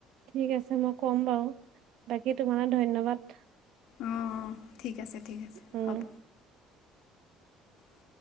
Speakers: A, on the right; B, on the left.
A: ঠিক আছে মই কম বাৰু বাকী তোমালে ধন্যবাদ।
B: অ ঠিক আছে ঠিক আছে
A: উম
B: হ'ব। <inaudible>